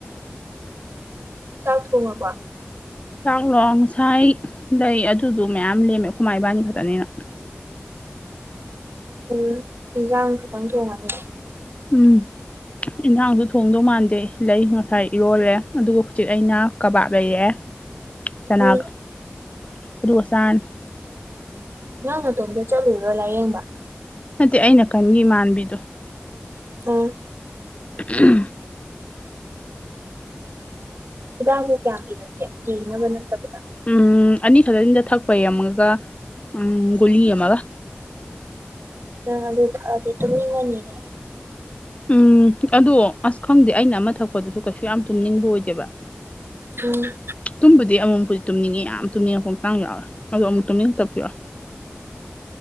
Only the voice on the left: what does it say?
ꯆꯥꯛꯂꯣ ꯉꯁꯥꯏ ꯂꯩ ꯑꯗꯨꯗꯣ ꯃꯌꯥꯝ ꯂꯦꯝꯃꯦ ꯑꯩꯈꯣꯏ ꯃꯥ ꯏꯕꯥꯅꯤ ꯈꯛꯇꯅꯤꯅ
ꯎꯝ ꯏꯟꯁꯥꯡꯁꯨ ꯊꯣꯡꯗꯧ ꯃꯥꯟꯗꯦ ꯂꯩ ꯉꯁꯥꯏ ꯏꯔꯣꯜꯂꯦ ꯑꯗꯨꯒ ꯍꯧꯖꯤꯛ ꯑꯩꯅ ꯀꯕꯥꯞ ꯂꯩꯌꯦ ꯆꯅꯥꯒ
ꯑꯗꯨꯒ ꯆꯔꯥꯅꯤ
ꯅꯠꯇꯦ ꯑꯩ ꯅꯥꯀꯟ ꯏꯃꯥꯟꯅꯕꯤꯗꯣ
ꯎꯝ
ꯎꯝ ꯑꯅꯤꯈꯛꯇꯅꯤꯗ ꯊꯛꯄꯩ ꯌꯥꯝꯃꯒ ꯎꯝ ꯒꯨꯂꯤ ꯑꯃꯒ
ꯎꯝ ꯑꯗꯨ ꯑꯁ ꯈꯪꯗꯦ ꯑꯩꯅ ꯑꯃ ꯊꯛꯄꯗꯨꯁꯨ ꯀꯩꯁꯨ ꯌꯥꯝ ꯇꯨꯝꯅꯤꯡꯕ ꯑꯣꯏꯗꯦꯕ
ꯇꯨꯝꯕꯨꯗꯤ ꯑꯃꯨꯛ ꯑꯃꯨꯛꯄꯨꯗꯤ ꯇꯨꯝꯅꯤꯡꯉꯤ ꯌꯥꯝ ꯇꯨꯝꯅꯤꯡꯉꯛꯄ ꯃꯇꯥꯡ ꯌꯥꯎꯋꯦ ꯑꯗꯣ ꯑꯃꯨꯛ ꯇꯨꯝꯅꯤꯡꯉꯛꯇꯕꯁꯨ ꯌꯥꯎꯋꯦ